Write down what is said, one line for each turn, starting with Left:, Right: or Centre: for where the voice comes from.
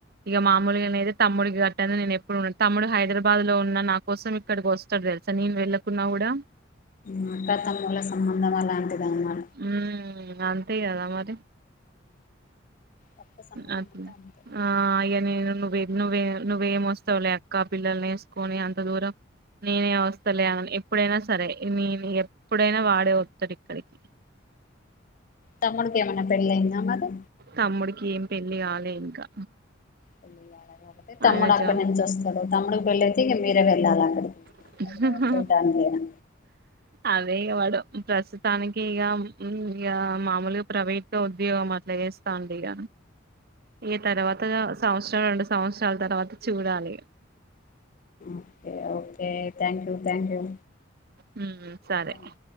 Right: ఇక మామూలుగా అనేతే తమ్ముడి గట్టని నేను ఎప్పుడున్నాను తమ్ముడు హైదరాబాద్ లో ఉన్న నా కోసం ఇక్కడికి వస్తాడు తెలుసా నేను వెళ్ళ పున్నావుడ
Left: మాట త మూల సంబంధం అలాంటిదమా
Right: ఉమ్ అంతే కదా మరి
Left: రక్త సంబంధం
Right: అది
Left: అంటే అంతే
Right: ఆ అయ్య నను నువ్వే నువ్వేమొస్తావులే అక్క పిల్లల్ని వేసుకొని అంత దూరం నేనే వస్తాలే అ ఎప్పుడైనా సరే నేను ఎప్పుడైనా వాడే వతడు ఇక్కడికి
Left: తమ్ముడుకి ఏమైన్నా పెళ్ళ అయిందా మది
Right: తమ్ముడికి ఏం పెళ్లి కాలే ఇంకా
Left: పెళ్ళాల కాటి తమ్ముడు
Right: ఆయన
Left: అక్కడి
Right: జా
Left: నుంచి వస్తాడు తమ్ముడికి పెళ్ళిైతే ఇక మీరే వెళ్ళాలి అక్కడికి
Right: ఆ
Left: హైదరాబాద్ చూడ్డానికేనా
Right: అదే వాడు ప్రస్తుతానికి ఇక ఇక మామూలుగా ప్రైవేట్గా ఉద్యోగం అట్లా చేస్తాండి ఇక ఈ తర్వాత సంవత్సరం రెండు సంవత్సరాల తర్వాత చూడాలి
Left: okay okay thank you thank you
Right: హమ్మ్ సరే
Left: థ్యాంక్ యూ